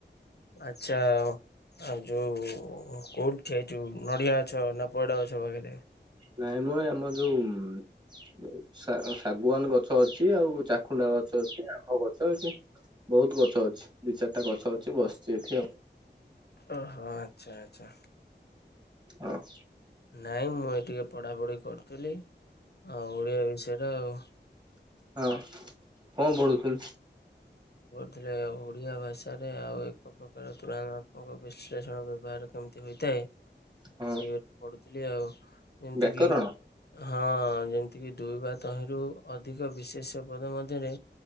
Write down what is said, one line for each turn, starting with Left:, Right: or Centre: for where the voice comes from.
Left: ଆଚଛା ଆଉ ଯୋଉ କୋଉଠିଠି ଏ ଯୋଉ ନଡିଆ ଅଛ ନା ପଡ ଅଛ ବଖରେ
Right: ନାଇଁ ମୁ ଆମ ଯୋଉ ଶାଗୁଆାନ ଗଛ ଅଛି ଆଉ ଚାଖୁଣ୍ଡା ଗଛ ଅଛି ଆମ୍ବ ଗଛ ଗ ଅଛି ବହୁତ ଗଛ ଅଛି ଦି ଚାରିଟା ଗଛ ଅଛି ବସିଛି ଏଠି ଆଉ
Left: ଓହୋ ଆଚ୍ଛା ଆଚଛା
Right: ହଁ
Left: ନହିଁ ମୁଁ ଏ ଟିକି ପଢ଼ାପଢ଼ି କରୁଥିଲି ଆଉ ଓଡ଼ିଆ ବିଷୟରେ ଆଉ
Right: ହଁ କଣ ପଢୁଥିଲ
Left: ଥିଲେ ଓଡ଼ିଆ ଭାଷାରେ ଆଉ ଏକ ପ୍ରକାର ତୁଳନାତ୍ମକ ବିଶ୍ଳେଷଣ ବ୍ୟବହାର କେମିତି ହୋଇଥାଏ
Right: ହଁ
Left: ସେ ପଢୁଥିଲି ଆଉ ଯେମିତି
Right: ବ୍ୟାକରଣ।
Left: କିି ହଁ ଏତିକି ଦୁଇବା ତହିଁରୁ ଅଧିକ ବିଶେଷ ପଦ ମଧ୍ୟରେ